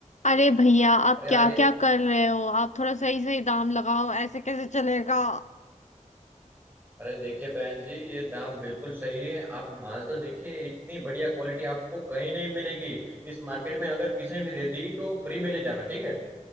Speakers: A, on the left; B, on the right.
A: अरे भैया आप
B: अरे
A: क्या
B: आइए
A: क्या कर रहे हो आप थोड़ा सही सही दाम लगाओ ऐसे कैसे चलेगा
B: अरे देखिए बहन जी ये दाम बिल्कुल सही है आप माल तो देखिए इतनी बढ़िया क्वालिटी आपको कहीं नहीं मिलेगी इस मार्केट में अगर किसी ने दे दी तो फ्री में ले जाना ठीक है